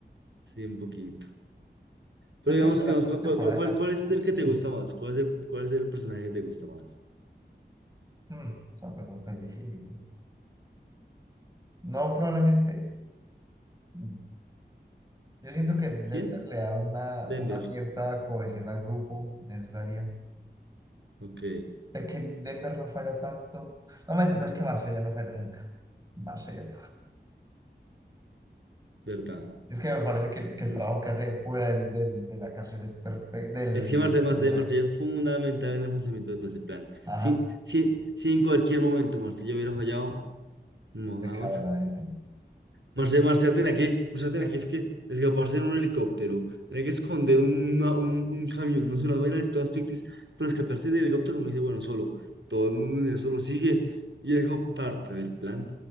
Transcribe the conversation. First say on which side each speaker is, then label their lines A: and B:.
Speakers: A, on the right; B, on the right.
A: Sí, un poquito. Pero
B: Es
A: digamos,
B: que la
A: digamos,
B: segunda
A: ¿cuál,
B: temporada
A: cuál, cuál,
B: casi,
A: cuál es
B: casi
A: el que
B: les...
A: te gusta más? ¿Cuál es el, cuál es el personaje que te gusta más?
B: Mm, esa pregunta es difícil. ¿no? No, probablemente... mm, Yo siento que Denver
A: ¿Quién?
B: le da una,
A: Denver,
B: una cierta cohesión al grupo necesaria.
A: ok,
B: De que Denver no falla tanto. No, mente, pero es que Marsella no falla nunca. Marsella.
A: verdad.
B: Es que me parece que, que
A: Nos-
B: el trabajo que hace fuera del, del- de la cárcel es perfecto. Del,
A: Es que Marsella, Marsella,
B: de la,
A: Marsella es fundamental en el funcionamiento de todo ese plan.
B: ajá,
A: Si, si, si en cualquier momento Marsella hubiera fallado, no,
B: de
A: nada
B: cada
A: pasa.
B: lado adentro.
A: Marsella, Marsella tenía que, Marsella tenía que, es que escaparse en un helicóptero, tenía que esconder una- un, un camión, no sé, unas vainas todas ficticias, pero escaparse del helicóptero uno dice, bueno, solo, todo el mundo universo lo sigue, y era como parte del plan.